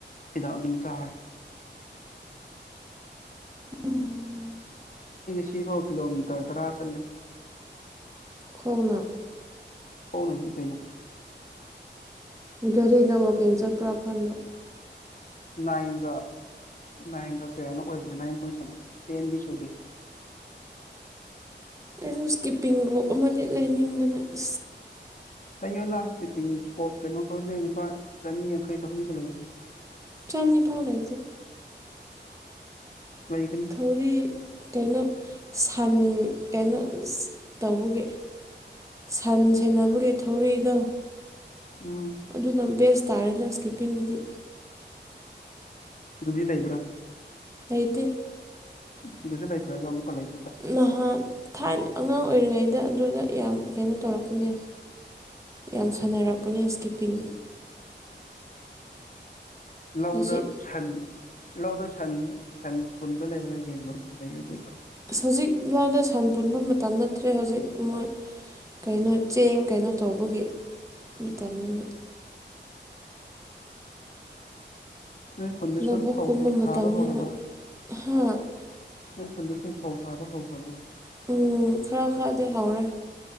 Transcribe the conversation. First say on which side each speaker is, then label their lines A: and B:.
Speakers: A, on the left; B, on the right.
A: ꯍꯤꯗꯥꯛ ꯑꯗꯨꯝ ꯆꯥꯔꯦ
B: ꯎꯝ
A: ꯁꯤꯈꯣ ꯀꯂꯣꯃꯤꯇꯔ ꯇꯔꯥ ꯆꯜꯂꯦ
B: ꯈꯣꯡꯅ
A: ꯍꯅ ꯏ ꯀꯦꯅ
B: ꯘꯔꯤꯗ ꯋꯥꯛꯀꯤꯡ ꯆꯠꯄ꯭ꯔꯥ ꯈꯟꯕ
A: ꯅꯥꯏꯒ ꯅꯥꯏꯟꯒ ꯀꯌꯥꯅꯣ ꯑꯣꯏꯕꯅ ꯅꯥꯏꯟꯟ ꯁ ꯇꯦꯟꯗꯤ ꯁꯨꯗꯦ
B: ꯑꯩꯁꯨ ꯏꯁꯀꯤꯞꯄꯤꯡ ꯔꯣꯞ ꯑꯃꯗꯤ ꯂꯩꯅꯤꯡꯕꯅ ꯑ
A: ꯂꯩꯌꯣꯅ꯭ꯞꯄꯤꯡ ꯏꯁꯀꯣꯞ ꯀꯩꯅꯣ ꯈꯔꯅꯦꯅꯤꯄꯥ ꯆꯅꯤ ꯌꯥꯡꯈꯩ ꯆꯍꯨꯝꯗ ꯂꯩꯅꯦ
B: ꯆꯥꯟꯅꯤ ꯐꯥꯎꯗ
A: ꯂꯩꯒꯅꯤ
B: ꯊꯧꯔꯤ ꯀꯩꯅꯣ ꯁꯟ ꯀꯩꯅꯣ ꯇꯧꯕꯒꯤ ꯁꯟ ꯁꯦꯅꯕꯒꯤ ꯊꯧꯔꯛꯏꯗꯣ
A: ꯎꯝ
B: ꯑꯗꯨꯅ ꯕꯦꯁ ꯇꯥꯔꯦꯅꯦ ꯏꯁꯀꯤꯞꯄꯤꯡꯒꯤꯗꯤ
A: ꯑꯗꯨꯗꯨꯗꯤ ꯂꯩꯕ꯭ꯔꯥ
B: ꯑꯩꯇ
A: ꯏꯁꯨꯂꯥꯏ ꯑꯗꯨ ꯑꯃꯃꯛꯀꯂ ꯂꯩ
B: ꯅꯍꯥꯟ ꯊꯥꯏꯅ ꯑꯉꯥꯡ ꯑꯣꯏꯔꯤꯉꯩꯗ ꯑꯗꯨꯗ ꯌꯥꯝ ꯀꯩꯅꯣ ꯇꯧꯔꯛꯄꯅꯦ ꯌꯥꯝ ꯁꯥꯟꯅꯔꯛꯄꯅꯦ ꯏꯁꯀꯤꯞꯄꯤꯡ
A: ꯂꯧꯗ
B: ꯍꯧꯖꯤꯛ
A: ꯁꯟ ꯂꯧꯗ ꯁꯟ ꯁꯟ ꯄꯨꯟꯕ ꯂꯩꯕ꯭ꯔꯥ ꯌꯦꯡꯉꯨꯔꯣ ꯅꯗꯤ
B: ꯑ ꯍꯧꯖꯤꯛ ꯂꯥꯎꯗ ꯁꯟ ꯄꯨꯟꯕ ꯃꯇꯝ ꯅꯠꯇ꯭ꯔꯦ ꯍꯧꯖꯤꯛ ꯃꯣꯏ ꯀꯩꯅꯣ ꯆꯦꯡ ꯀꯩꯅꯣ ꯇꯧꯕꯒꯤ ꯃꯇꯝꯅꯤꯅ
A: ꯅꯣꯏ ꯈꯨꯟꯗꯁꯨ
B: ꯂꯧꯕꯨꯛ
A: ꯐꯧ
B: ꯀꯨꯝꯕ
A: ꯊꯥꯕ
B: ꯃꯇꯝꯅꯤꯅ
A: ꯍꯧꯔꯕ
B: ꯍꯥ
A: ꯅꯣꯏ ꯍꯟꯗꯛꯁꯨ ꯐꯧ ꯊꯥꯕ ꯍꯧꯈ꯭ꯔꯕꯣ
B: ꯎꯝ ꯈꯔ ꯈꯔꯗꯤ ꯍꯧꯔꯦ